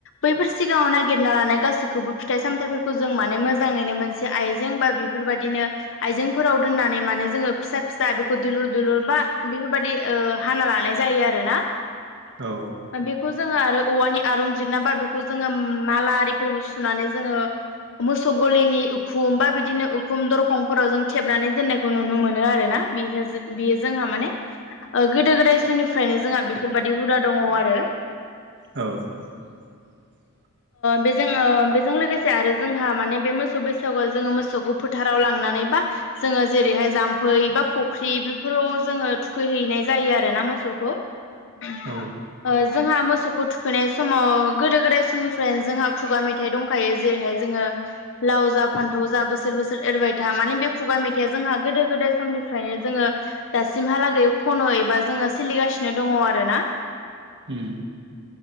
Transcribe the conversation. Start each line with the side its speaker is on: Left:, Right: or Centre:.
Left: बैफोर सिगांङाव नागिरना लानाय गासैखौबो फिथाइ सामथायाइफोरखौ जों माने मोजांङैनो मोनसे आयजें बा बि बेफोरबायदिनो आइजेंफोराव दोननानै माने जोंङो फिसा फिसा बेखौ दुलुर दुलुर बा बेफोरबायदि ओ हाना लानाय जायो आरो जायो ना
Right: औ
Left: बेखौ जोंङो आरो औवानि आरुंजिरना बा बेखौ जोंङो माला आरिफोरबो सुनानै जोंङो मोसौ गलिनि उखुम बा बिदिनो उखुम दरखंफोराव जों थेबनानै दोननायखौ नुनो मोनो आरो ना बि बियो जोंहा माने गोदो गोदाय समनि निफ्रायनो जोंहा बेफोरबायदि हुदा दङ आरो
Right: औ <inaudible>
Left: बेजों बेजों लोगोसे आरो जोंहा माने बे मोसौ बैसागुआव जोङो मोसौखौ फोथाराव लांनानै बा जोङो जेरैहाय जाम्फै बा फुख्रि बेफोराव जोङो थुखैहैनाय जायो आरो ना मोसौ <unintelligible>
Right: औ
Left: जोंहा मोसौखौ थुखैनाय समाव गोदो गोदाय समनिफ्रायनो जोंहा खुगा मेथाइ दंखायो जे जेरैहाय जोङो लाव जा फान्थाव जा बोसोर बोसोर एरबाय था माने बे खुगा मेथाइया जोंहा गोदो गोदाय समनिफ्रायनो जोङो दासिमहालागै खनो एबा जोङो सोलिगासिनो दङ आरो ना
Right: ओम